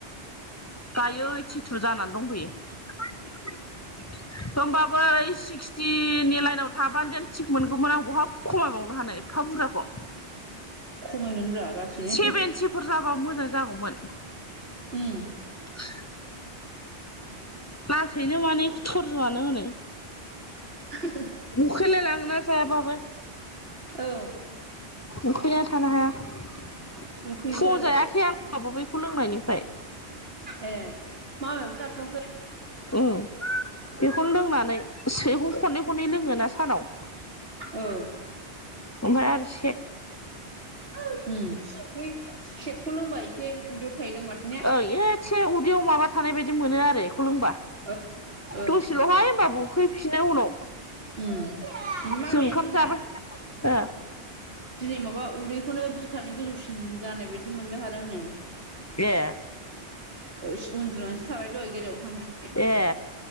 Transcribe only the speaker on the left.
दायो थिथु जानानै दंफैयो। होमबाबो ओइ सिक्सटिनि लाइनाव थाबाय हाब द थिग मोनगौमोन आं बहा खमायबावनो हानो एफा बुरजाखौ
सेभेनटिफोर जाबा मोजां जागौमोन।
<inaudible> लासैनो माने थरज'आनो हनै
उखैलायलाङोना जायाबाबो
उखैनानै थानो हाया। फुङाव
जायाखै आं माबा बैखौ लोंनायनिफ्राय
ओ बेखौनो लोंनानै सेखौ खननै खननै लोङोना सानाव
ओमफ्राय आरो से
ओं एसे उदैयाव माबा थानाय बायदि मोनो आरो बेखौ लोंबा
दसेल'हाय होनोमबाबो उखै फिनो उनाव
जों ओंखाम
जाबाय ओ
ए
ए